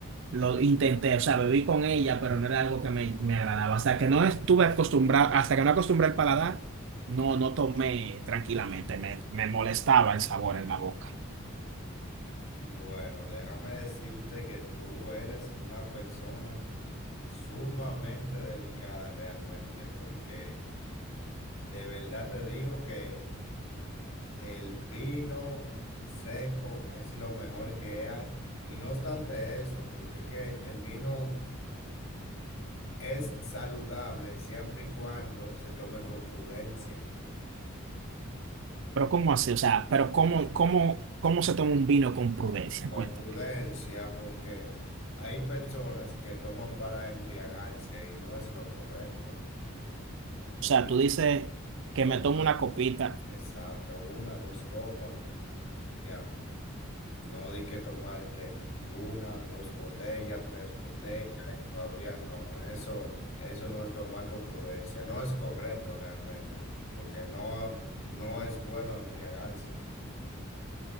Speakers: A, on the right (about 60°); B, on the left (about 70°).
A: lo intenté, o sea, bebí con ella, pero no era algo que me, me agradaba. Hasta que no estuve acostumbrado, hasta que no acostumbré el paladar, no, no tomé tranquilamente, me, me molestaba el sabor en la boca.
B: Bueno, déjame decirte que tú eres una persona sumamente delicada realmente, porque de verdad te digo que el vino seco es lo mejor que hay. Y no obstante eso, porque que el vino Es saludable siempre y cuando se tome con prudencia.
A: Pero ¿cómo así? O sea, pero ¿cómo, cómo, cómo se toma un vino con prudencia?
B: Con
A: Cuéntame.
B: prudencia, porque hay personas que toman para embriagarse y no es lo correcto. Tú
A: O sea,
B: tienes
A: tú dices
B: que
A: que
B: tomar,
A: me tomo una copita.
B: exacto, una, dos copas, ya. No di que tomarte una, dos botellas, tres botellas, y todavía no. Eso, eso no es tomar con prudencia. No es correcto realmente, porque no, no es bueno embriagarse.